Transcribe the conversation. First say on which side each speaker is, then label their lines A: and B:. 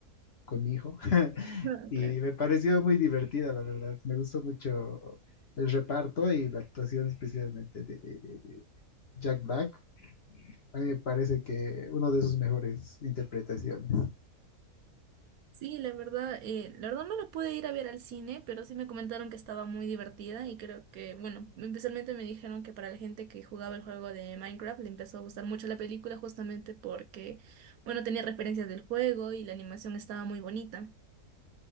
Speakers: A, on the left (about 45°); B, on the right (about 70°).
A: con mi hijo <laughs>
B: <laughs>
A: y
B: Claro.
A: me pareció muy divertida, la verdad. Me gustó mucho el reparto y la actuación especialmente de Jack Black. A mí me parece que uno de sus mejores interpretaciones.
B: Sí, la verdad, eh, la verdad no la pude ir a ver al cine, pero sí me comentaron que estaba muy divertida y creo que, bueno, especialmente me dijeron que para la gente que jugaba el juego de Minecraft le empezó a gustar mucho la película justamente porque, bueno, tenía referencias del juego y la animación estaba muy bonita.